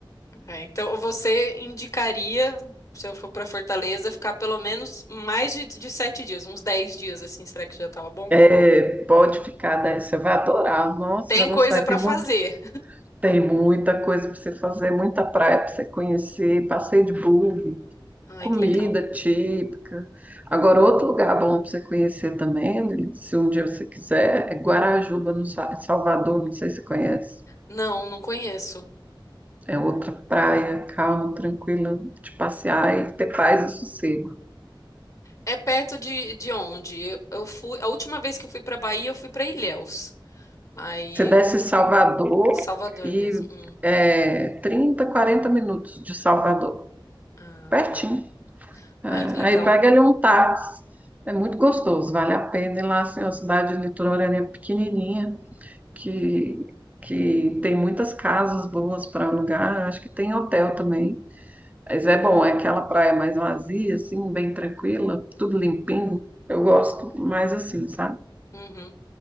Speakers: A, on the left; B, on the right.
A: é. Então você indicaria, se eu for para Fortaleza, ficar pelo menos mais de, de sete dias, uns dez dias assim, será que já tava bom?
B: É, pode ficar, né? Você vai adorar. Nossa,
A: Tem
B: vai gostar.
A: coisa para
B: Tem
A: fazer.
B: um monte Tem muita coisa para você fazer, muita praia para você conhecer, passeio de buggy,
A: Ai,
B: comida
A: que legal.
B: típica. Agora, outro lugar bom para você conhecer também, né, se um dia
A: Hum.
B: você quiser, é Guarajuba, no Sa- Salvador, não sei se você conhece.
A: Não, não conheço.
B: É outra praia, calma, tranquila, de passear e ter paz e sossego.
A: É perto de, de onde? Eu, eu fui, a última vez que eu fui para Bahia, eu fui para Ilhéus. Aí,
B: Você desce em Salvador
A: Salvador
B: e
A: mesmo. Hum.
B: é 30, 40 minutos de Salvador,
A: Ah,
B: pertinho.
A: tá.
B: É,
A: Ai, que legal.
B: aí pega ali um táxi. É muito gostoso, vale a pena ir lá, assim, uma cidade litorânea pequenininha, que, que tem muitas casas boas para alugar, acho que tem hotel também. Mas é bom, é aquela praia mais vazia, assim, bem tranquila, tudo limpinho. Eu gosto mais assim, sabe?
A: Uhum.